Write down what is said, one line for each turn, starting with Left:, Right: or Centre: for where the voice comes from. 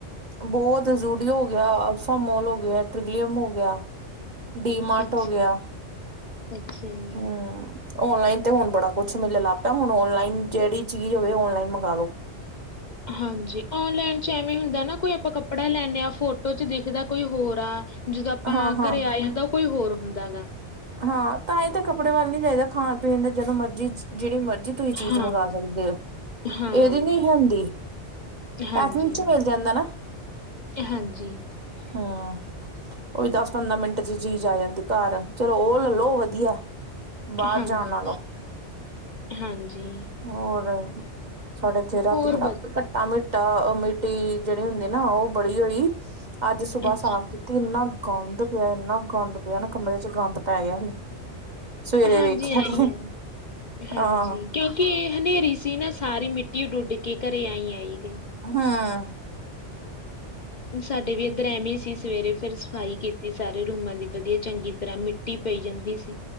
Right: ਬਹੁਤ ਜ਼ੂਡੀਓ ਹੋ ਗਿਆ । ਮੋਲ ਹੋ ਗਿਆ ਟ੍ਰਲੀਅਮ ਹੋ ਗਿਆ। ਡੀਮਾਰਟ
Left: ਅੱਛਾ
Right: ਹੋ ਗਿਆ
Left: ਅੱਛਾ ਜੀ।
Right: ਹਮ ਔਨਲਾਈਨ ਤੇ ਹੁਣ ਬੜਾ ਕੁਛ ਮਿਲਣ ਲੱਗ ਹੁਣ ਔਨਲਾਈਨ ਜਿਹੜੀ ਚੀਜ਼ ਹੋਵੇ ਔਨਲਾਈਨ ਮੰਗ ਲਓ।
Left: ਹਾਂਜੀ ਔਨਲਾਈਨ ਚ ਐਵੇਂ ਹੁੰਦਾ ਨਾ ਕੋਈ ਆਪਾਂ ਕੱਪੜਾ ਲੈਂਦੇ ਹਾਂ ਫੋਟੋ ਚ ਦੇਖਦਾ ਕੋਈ ਹੋਰ ਆ। ਜਦੋਂ ਆਪਾਂ
Right: ਹਾਂ-ਹਾਂ
Left: ਘਰੇ
Right: ਹਾਂ
Left: ਆਏ ਹੁੰ ਤਾਂ ਉਹ ਕੋਈ ਹੋਰ ਹੁੰਦਾ ਦਾ।
Right: ਹਾਂ ਤਾਂ ਇਹ ਤਾਂ ਕੱਪੜੇ ਵੱਲ ਨੀ ਚਾਹੀਦਾ ਖਾਣ ਪੀਣ ਦੇ ਜਦੋਂ ਮਰਜੀੀ ਜਿਹੜੀ ਮਰਜ਼ੀ ਤੁਸੀਂ ਚੀਜ਼
Left: ਹਾਂ
Right: ਮੰਗਵਾ ਸਕਦੇ ਹੋ
Left: ਹਾਂ
Right: ਇਹਦੀ ਨੀ ਹੁੰਦੀ
Left: ਹਾਂਜੀ
Right: ਪੈਕਿੰਗ ਚ ਮਿਲ ਜਾਂਦਾ ਨਾ
Left: ਹਾਂਜੀ
Right: ਹਮ ਉਹ ਵੀ ਦਸ ਪੰਦਰਾਂ ਮਿੰਟ ਚ ਚੀਜ਼ ਆ ਜਾਂਦੀ ਘਰ ਚਲੋ ਉਹ ਲੈਲੋ ਵਧੀਆ। ਬਾਹਰ
Left: ਹਾਂਜੀ
Right: ਜਾਣ ਨਾਲੋ
Left: ਹਾਂਜੀ
Right: ਹੋਰ ਸਾਡੇ ਇੱਥੇ ਰਾਤੀ
Left: ਹੋਰ
Right: ਬੜਾ
Left: ਬ
Right: ਘੱਟਾ ਮਿੱਟੀ। ਘੱਟਾ ਮਿੱਟੀ ਜਿਹੜੀ ਹੁੰਦੀ ਨਾ ਉਹ ਬੜੀ ਹੋਈ ਅੱਜ ਸੁਬਾਹ
Left: ਅੱਛਾ
Right: ਸਾਫ਼ ਕੀਤੀ ਇੰਨਾ ਗੰਦ ਪਿਆ ਇੰਨਾ ਗੰਦ ਪਿਆ ਨਾ ਕਮਰੇ ਚ ਚ ਗੰਦ ਪੈ ਗਿਆ ਸੀ। ਸਵੇਰੇ
Left: ਹਾਂਜੀ
Right: ਵੇਖਿਆ
Left: ਆਈ
Right: ਤੇ
Left: ਹੈ ਹਾਂਜੀ
Right: ਆਹ
Left: ਕਿਉਂਕਿ ਇਹ ਹਨੇਰੀ ਸੀ ਨਾ ਸਾਰੀ ਮਿੱਟੀ। ਇਹਨੂੰ ਉਡੀਕ ਕਰ ਕੇ ਘਰੇ ਆਈਂ ।
Right: ਹਾਂ
Left: ਸਾਡੇ ਵੀ ਇਧਰ ਐਵੇ ਸੀ ਸਵੇਰੇ ਫਿਰ ਸਫ਼ਾਈ ਕੀਤੀ ਸਾਰੇ ਰੂਮਾਂ ਦੀ ਵਧੀਆ ਚੰਗੀ ਤਰ੍ਹਾਂ ਮਿੱਟੀ ਪਈ ਜਾਂਦੀ ਸੀ।